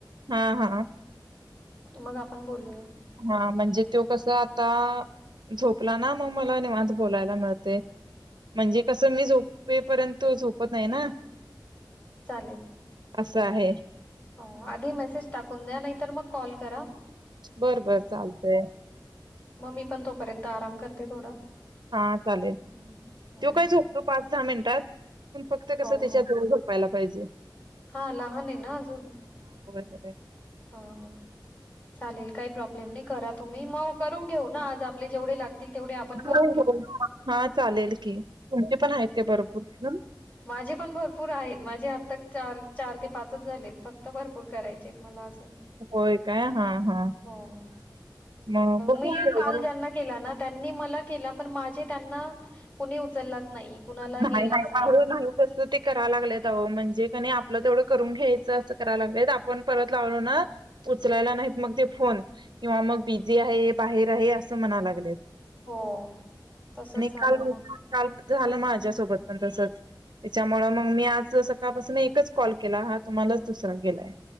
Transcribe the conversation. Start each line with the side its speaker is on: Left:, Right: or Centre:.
Right: हा हा
Left: म आपण बोलूया
Right: हा म्हणजे तो कस आता झोपला ना मग मला निवान्त बोलायला मिळतय म्हणजे कसं मी झोपेपर्यंत झोपत नाही ना
Left: चालेल
Right: असं आहे
Left: हो आधी मेसेज टाकून द्या नाहीतर मग कॉल करा
Right: बर बर चालतंय
Left: मग्मीी पण तोपर्यंत आराम करते थोडा
Right: हा चालेल त
Left: हं, हं. हं,
Right: <unintelligible> काय
Left: हं.
Right: झोपतो पाच सहा मिनिटात पण फक्त कसं
Left: हो
Right: त्याच्या
Left: हो
Right: <unintelligible> जवळ झोपायलात पाहिजे
Left: हा लहान आहे ना अजून
Right: ह
Left: हा हा चालेल काही प्रॉब्लेम नाही करा तुम्ही मग करून घेऊ ना आज आपले जेवढे लागतील तेवढे आपण
Right: होय
Left: करून घेऊ
Right: होय हा चालेल की तुमचे पण आहेत काय भरपूर जण?
Left: माझे पण भरपूर आहेत माझे आत्ता चार चार ते पाचच झालेत फक्त भरपूर करा
Right: होय काय हा हा
Left: म
Right: मग बघू
Left: मी
Right: तेवढं
Left: काल जना के त्यांनी मला केला पण माझे त्यांना कुणी उचललाच नाही कुणाला
Right: नाही
Left: गेलाच
Right: नाही आ नाही तस ते कराव लागलेत अह म्हणजे क आपलं तेवढं करून घ्यायचं असं कराय लागलेत आपण परत लावलो ना उचलायला नाहीत मग ते फोन किंवा मग बिझी आहे बाहेर आहे असं म्हणा लागलेत
Left: हो तसच
Right: आणि
Left: झालं
Right: काल
Left: मग
Right: काल झालं माझ सोबत पण तस त्याच्यामुळे मग मी आज सकाळपासून एकच कॉल केला हा तुम्हालाच दुसरा गेलाय